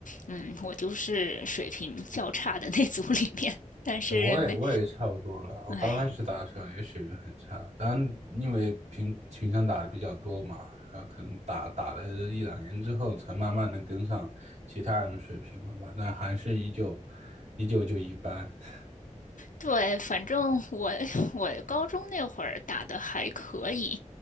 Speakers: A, on the left; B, on the right.
A: 嗯，我就是水平较差的那组里面，但是没，
B: 呃我也我也差不多了。我刚开始打的时候也水平很差，
A: 唉，
B: 当然因为平平常打的比较多嘛，然后可能打打了一两年之后，才慢慢的跟上其他人的水平了吧。但还是依旧依旧就一般。<laughs>
A: 对，反正我我高中那会儿打的还可以，